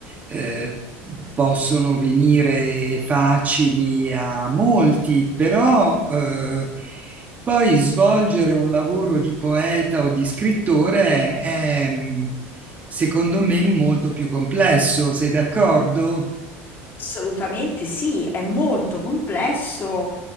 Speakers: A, on the right; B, on the left.
A: eh, possono venire facili a molti, però eh, poi svolgere un lavoro di poeta o di scrittore è, mh, secondo me, molto più complesso. Sei d'accordo?
B: Assolutamente sì, è molto complesso